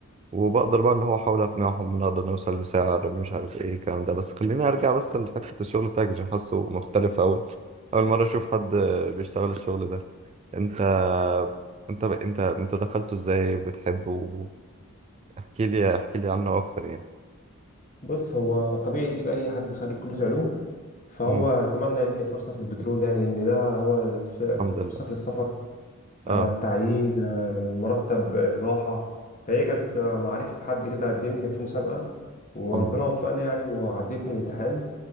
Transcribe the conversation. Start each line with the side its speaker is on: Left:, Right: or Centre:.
Right: وبقدر بقى اللي هو احاول اقنعهم ونقدر نوصل لسعر مش عارف ايه الكلام ده بس خليني ارجع بس لحتة الشغل بتاعك عشان حاسه مختلف اول اول مرة اشوف حد بيشتغل الشغل ده انت انت ب... انت انت دخلته ازاي بتحبه احكي لي احكي لي عنه اكتر يعني
Left: بص هو طبيعي كده اي حد خريج كليه علوم فهو
Right: امم
Left: اتمنى يعني فرصه في البترول يعني ان ده هو ف-
Right: الحمد
Left: فرصتك
Right: لله
Left: للسفر
Right: اه
Left: آه، التعيين آه، المرتب آه، الراحة فهي كانت آه، معرفة حد كده قدمني كانت في مسابقة وربنا
Right: الحمد لله
Left: وفقنا يعني وعديت من الامتحان